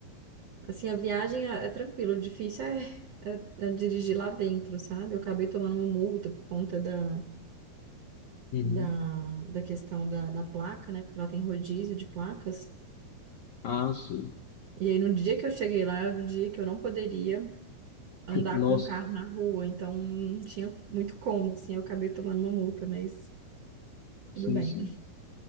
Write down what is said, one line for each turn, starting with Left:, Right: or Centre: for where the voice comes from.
Right: assim, a viagem é, é tranquilo, o difícil é, é- é dirigir lá dentro, sabe? Eu acabei tomando uma multa por conta da,
Left: Uhum.
Right: da, da questão da, da placa, né? Porque lá tem rodízio de placas.
Left: Ah, sim.
Right: E aí no dia que eu cheguei lá, era o dia que eu não poderia andar
Left: Nossa,
Right: com o carro na rua, então não tinha muito como, assim, eu acabei tomando uma multa, mas tudo
Left: sim,
Right: bem.
Left: sim.